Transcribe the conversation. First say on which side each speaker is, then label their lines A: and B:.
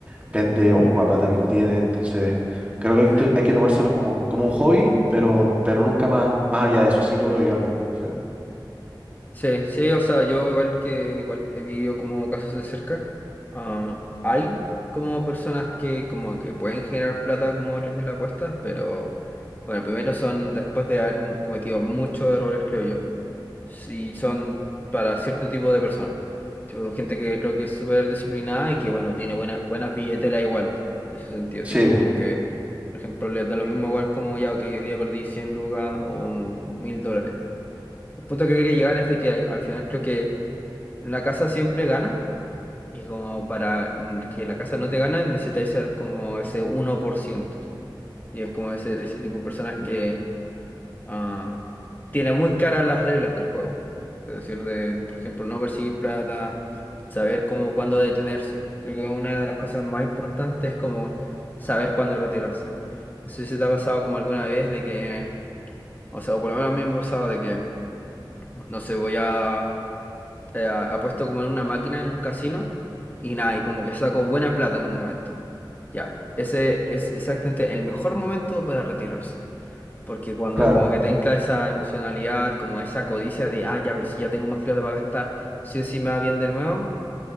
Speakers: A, on the right; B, on the left.
A: vende, ocupa
B: mm,
A: plata que no tiene, entonces creo que hay,
B: sí,
A: to- hay que tomárselo como, como un hobby, pero, pero nunca más, más allá de eso, sí lo veo yo al menos. Sí,
B: sí, sí, o sea, yo igual que igual he vivido como casos de cerca, ah, hay como personas que como que pueden generar plata como a través de las apuestas, pero bueno, primero son después de haber cometido muchos errores, creo yo. Sí, son para cierto tipo de personas. Tipo, gente que creo que es súper disciplinada y que, bueno, tiene buena, buenas billeteras igual. En ese sentido,
A: Sí,
B: tipo,
A: po,
B: como que, por ejemplo, les da lo mismo igual como ya, que hoy día perdí 100 lucas o 1000 dólares. El punto que quería llegar es de que al final creo que la casa siempre gana y como para mm, que la casa no te gane necesitáis ser como ese uno por ciento Y es como ese, ese tipo de personas que ah, tiene muy claras las reglas del juego. Es decir, de, por ejemplo, no perseguir plata, saber cómo, cuándo detenerse. Creo que una de las cosas más importantes es como saber cuándo retirarse. No sé si te ha pasado como alguna vez de que, o sea, o por lo menos a mí me ha pasado de que, no sé, voy a, eh, a- apuesto como en una máquina, en un casino, y nada, y como que saco buena plata en un momento. Ya, ese es exactamente el mejor momento para retirarse. Porque cuando
A: claro,
B: como que te entra esa emocionalidad, como esa codicia de, ah, ya, pero si ya tengo más plata para gastar, si o si me va bien de nuevo,